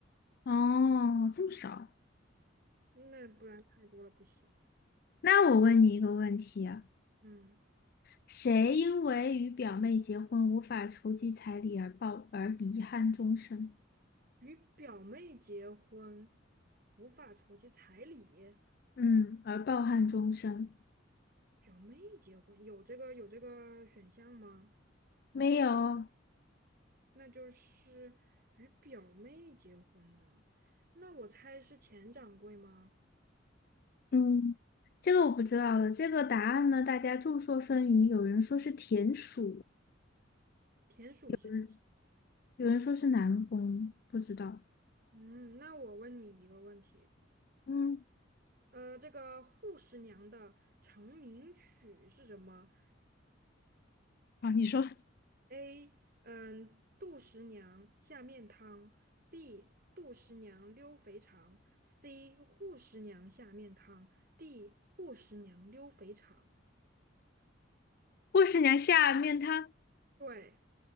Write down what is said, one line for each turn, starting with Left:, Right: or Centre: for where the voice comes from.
Left: 哦，这么少啊。
Right: 那不然太多了不行。
Left: 那我问你一个问题啊，
Right: 嗯，
Left: 谁因为与表妹结婚无法筹集彩礼而抱而遗憾终生？
Right: 与表妹结婚无法筹集彩礼，
Left: 嗯，而抱憾终生？
Right: 表妹结婚有这个有这个选项吗？
Left: 没有，
Right: 那就是与表妹结婚呢，那我猜是钱掌柜吗？
Left: 嗯，这个我不知道了。这个答案呢，大家众说纷纭，有人说是田鼠，
Right: 田鼠是谁？
Left: 嗯，有人说是南宫，不知道。
Right: 嗯，那我问你一个问题，
Left: 嗯，
Right: 呃，这个《护十娘》的成名曲是什么？
Left: 啊，你说，
Right: A，嗯，杜十娘下面汤；B，杜十娘溜肥肠；C，扈十娘下面汤；D，扈十娘溜肥肠。
Left: 霍十娘下面她
Right: 对，